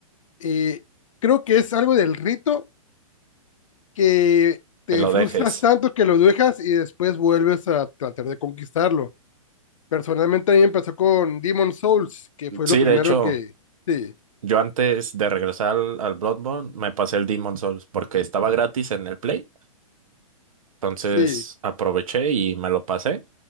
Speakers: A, on the left (about 60°); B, on the right (about 70°).
A: Y creo que es algo del rito que te
B: que lo
A: frustras
B: dejes.
A: tanto que lo dejas y después vuelves a tratar de conquistarlo. Personalmente a mí empezó con Demon Souls, que fue
B: Sí,
A: lo primero
B: de hecho,
A: que... Sí,
B: yo antes de regresar al, al Bloodborne me pasé el Demon Souls porque estaba gratis en el Play, entonces
A: sí,
B: aproveché y me lo pasé,